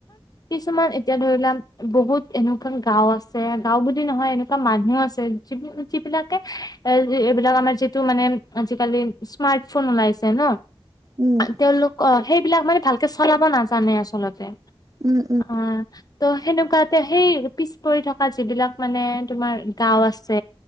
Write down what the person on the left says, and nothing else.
কিছু এতিয়া ধৰি লোৱা বহুত এনে গা আছে গাওঁ বুলি নহয় এনেকুৱা মানুহ আছে যে বিলাকে এ এইবিলাক আমাৰ যিটো মানে আজিকালি স্মাৰ্ট ফোন ওলাইছে ন
তেওঁলোক অ সেইবিলাক মানে ভালকে চলাব নাজানে আচলতে
অ ত সেনো তাকে সেই পিছ পৰি থকা যিবিলাক মানে তোমাৰ গাওঁ আছে।